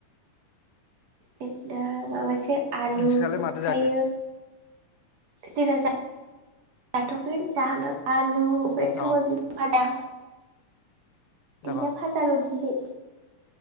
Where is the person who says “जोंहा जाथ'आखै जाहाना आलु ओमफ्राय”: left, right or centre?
Right